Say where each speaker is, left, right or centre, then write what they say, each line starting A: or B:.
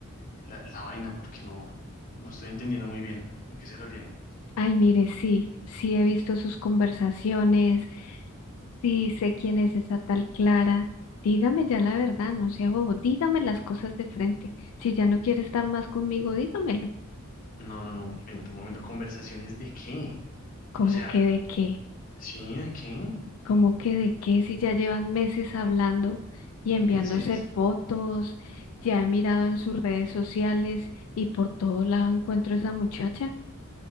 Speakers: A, on the left; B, on the left.
A: la, la vaina porque no, no estoy entendiendo muy bien a qué se refiere.
B: Ay, mire, sí, sí he visto sus conversaciones. Sí, sé quién es esa tal Clara. Dígame ya la verdad, no sea bobo. Dígame las cosas de frente. Si ya no quiere estar más conmigo, dígamelo.
A: No, no, no, un momento, un momento. ¿Conversaciones de qué?
B: ¿Cómo
A: O sea,
B: que de qué?
A: sí, ¿de qué?
B: ¿Cómo que de qué? Si ya llevan meses hablando y enviándose
A: ¿Meses?
B: fotos, ya he mirado en sus redes sociales y por todo lado encuentro a esa muchacha.